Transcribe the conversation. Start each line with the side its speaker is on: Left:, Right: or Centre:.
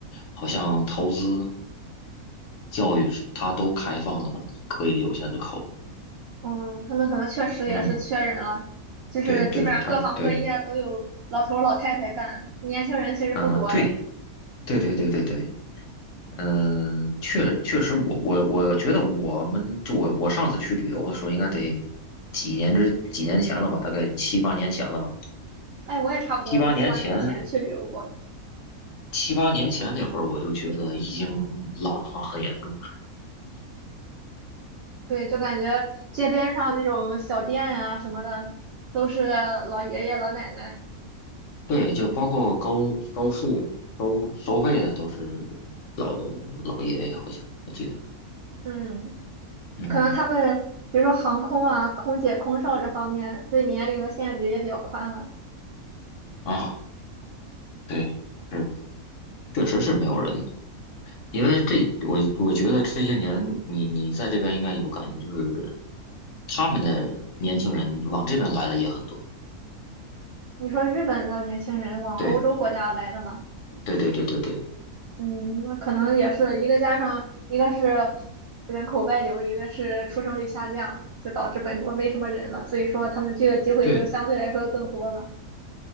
Left: 好像投资、教育是他都开放了可以留下的口。
Right: 嗯，他们可能确实也是缺人了，
Left: 嗯，
Right: 就是基本上各行各业都有老头儿老太太干，
Left: 对对，他对
Right: 年轻人其实不多了。
Left: 啊，对对对对对对，嗯、确确实我，我我觉得我们就我我上次去旅游的时候，应该得几年之几年前了吧，大概七八年前了吧，
Right: 哎，我也差不多在七八年前去旅游过，
Left: 七八年前七八年前那会儿，我就觉得已经老龄化很严重了。
Right: 对，就感觉街边上那种小店呀、什么的，都是老爷爷老奶奶。
Left: 对，就包括高高速收收费的都是老老爷爷，好像我记得，
Right: 嗯。
Left: 嗯
Right: 可能他们比如说航空啊、空姐、空少这方面对年龄的限制也比较宽了。
Left: 啊，对，是确实是没有人。因为这我我觉得这些年你你在这边应该有感觉，就是他们的年轻人往这边来的也很多。
Right: 你说日本的年轻人往欧洲国家来的嘛，
Left: 对对对对对对
Right: 嗯，那可能也是一个加上一个是人口外流，一个是出生率下降，就导致本国没什么人了，所以说他们就业机会就相对来说更多了。
Left: 对